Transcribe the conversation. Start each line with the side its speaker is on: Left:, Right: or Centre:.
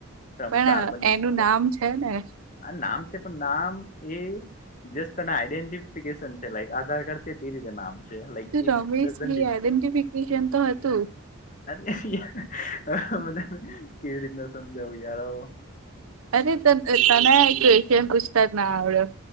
Left: સમ
Right: પણ
Left: કાર્બનેટ
Right: એનું નામ છે ને
Left: આ નામ છે પણ નામ એ જસ તને આઈડેન્ટિફિકેશન છે લાઈક આધાર કાર્ડ છે તે રીતે નામ છે like
Right: Ramesh
Left: it doesn't
Right: identification તો હતું
Left: અત અ તને કેવી રીતના સમજાવું યારો
Right: અરે તને કે છેમ પૂછતા ના આવડ્યો